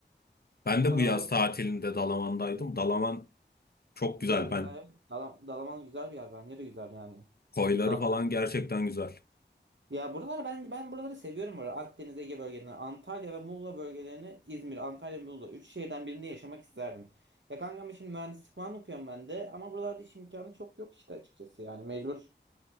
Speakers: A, on the left (about 55°); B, on the right (about 80°).
A: Ben de
B: Oralara
A: bu yaz tatilinde Dalaman'daydım. Dalaman çok
B: güzel
A: güzel.
B: ya.
A: Ben
B: Evet. Dala- Dalaman güzel bir yer. Bence de güzel yani.
A: koyları
B: Tatlı
A: falan
B: bir
A: gerçekten
B: yer.
A: güzel.
B: Ya buralar ben ben buraları seviyorum. Burada. Akdeniz Ege bölgelerini, Antalya ve Muğla bölgelerini, İzmir, Antalya, Muğla. Üç şehirden birinde yaşamak isterdim. Ya kankam şimdi mühendislik falan okuyorum ben de. Ama buralarda iş imkanı çok yok işte açıkçası. Yani mecbur.